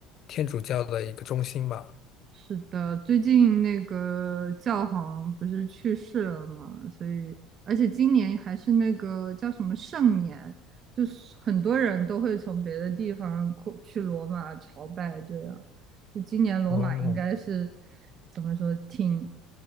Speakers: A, on the left; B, on the right.
A: 天主教的一个中心吧。
B: 是的，最近那个教皇不是去世了嘛，所以而且今年还是那个叫什么圣年，就是很多人都会从别的地方过去罗马朝拜，这样。就今年罗马应该是
A: 哦
B: 怎么说，挺